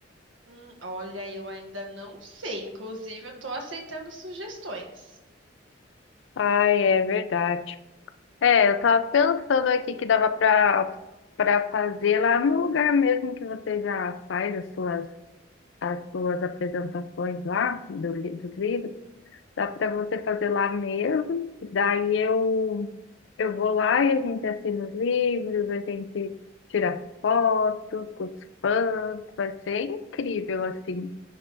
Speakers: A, on the right; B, on the left.
A: Hum, olha, eu ainda não sei. Inclusive, eu tô aceitando sugestões.
B: Ai, é verdade. É, eu tava pensando aqui que dava para para fazer lá no lugar mesmo que você já faz as suas as suas apresentações lá do, li- dos livros. Dá para você fazer lá mesmo. Daí eu eu vou lá e a gente assina os livros, a gente tira fotos com os fãs. Vai ser incrível assim.